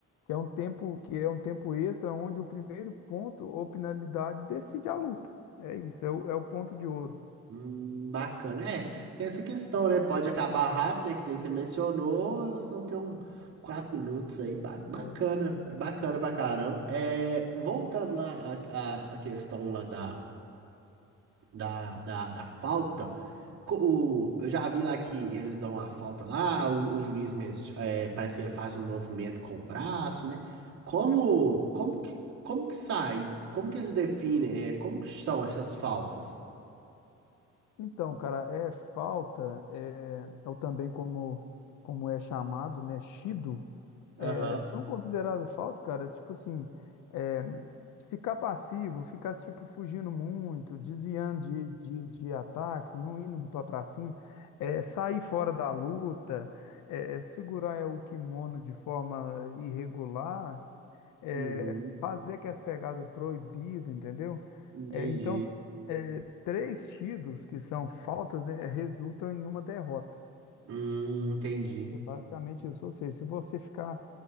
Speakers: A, on the left (about 90°); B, on the right (about 60°).
A: que é um tempo, que é um tempo extra onde o primeiro ponto ou penalidade decide a luta. É isso, é o, é o ponto de ouro.
B: Hum, bacana, é. Tem essa questão, né? Pode acabar rápido, né? Que nem você mencionou, ou se não tem um quatro minutos aí. Ba- bacana,
A: É.
B: é bacana pra caramba. É, voltando lá à à- à questão lá da, da, da, da falta, co- o, eu já vi lá que eles dão a falta lá, o, o juiz mencio- é, parece que ele faz um movimento com o braço, né? Como, como que, como que sai? Como que eles definem? É, como que são essas faltas?
A: Então, cara, é falta, é, ou também como, como é chamado, né, shido,
B: Aham.
A: é, são consideradas falta, cara, tipo assim, é, ficar passivo, ficar, tipo, fugindo muito, desviando de, de, de ataques, não indo pra pra cima, é, sair fora da luta, é, segurar é, o kimono de forma irregular, é,
B: Uhum,
A: fazer aquelas pegadas proibidas, entendeu?
B: entendi.
A: É, então, é, três tidos que são faltas, né, resultam em uma derrota.
B: Hum, entendi.
A: É basicamente isso. Ou seja, se você ficar